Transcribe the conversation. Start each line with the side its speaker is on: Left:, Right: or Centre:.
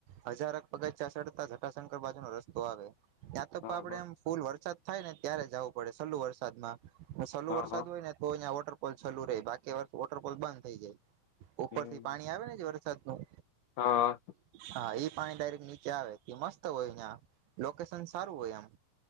Right: હજારક પગચા સડતા જટાશંકર બાજુ નો રસ્તો આવે. ત્યાં તો
Left: હા
Right: આપડે
Left: હા
Right: એમ ફૂલ વરસાદ થાય ને ત્યારે જવું પડે છેલ્લું વરસાદ માં. સલું
Left: હા
Right: વરસાદ
Left: હા
Right: હોય ને તો અહંયા વોટરપોલ ચાલુ રહે બાકી વોટરપોલ બંધ થઇ જાય. ઉપરથી
Left: હમ
Right: પાણી આવે ને જે વરસાદનું.
Left: હા.
Right: હા એ પાણી ડાયરેક્ટ નીચે આવે મસ્ત હોય અહીંયા લોકેશન સારું હોય એમ.